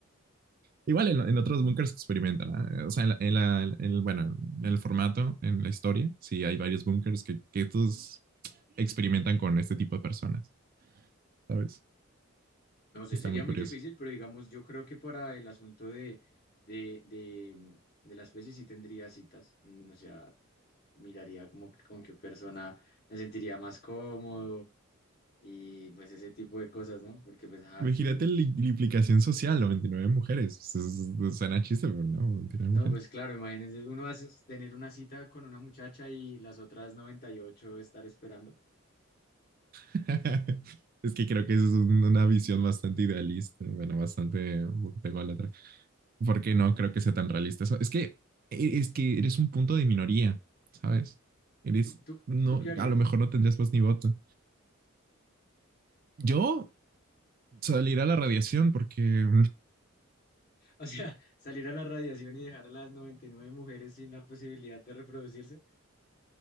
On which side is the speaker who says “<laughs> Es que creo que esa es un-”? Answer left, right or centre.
Right